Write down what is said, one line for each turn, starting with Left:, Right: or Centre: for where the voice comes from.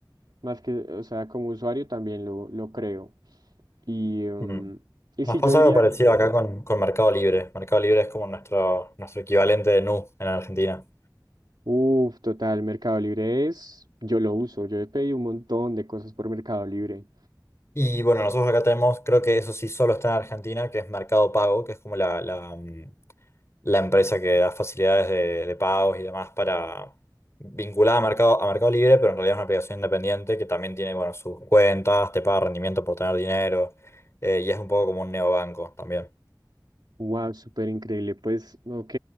Right: Más que, o sea, como usuario también lo, lo creo. Y, mm,
Left: Mm.
Right: y
Left: Nos
Right: sí,
Left: pasa
Right: yo diría,
Left: algo parecido acá con, con Mercado Libre. Mercado Libre es como nuestro, nuestro equivalente de Nu en Argentina.
Right: uff, total, Mercado Libre es, yo lo uso, yo he pedido un montón de cosas por Mercado Libre.
Left: Y bueno, nosotros acá tenemos, creo que eso sí solo está en Argentina, que es Mercado Pago, que es como la, la, mm, la empresa que da facilidades de, de pagos y demás para vinculada a Mercado, a Mercado Libre, pero en realidad es una aplicación independiente que también tiene, bueno, sus cuentas, te paga rendimiento por tener dinero, eh, y es un poco como un neobanco también.
Right: Wow, súper increíble. Pues, ok,